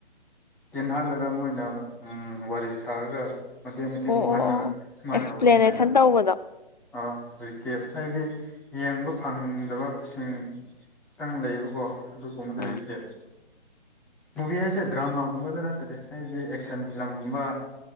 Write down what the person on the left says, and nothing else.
ꯑꯣ
ꯑꯣ ꯑꯣ
ꯑꯦꯛꯁꯄ꯭ꯂꯦꯅꯦꯁꯟ
ꯇꯧꯕꯗꯣ
ꯑꯥ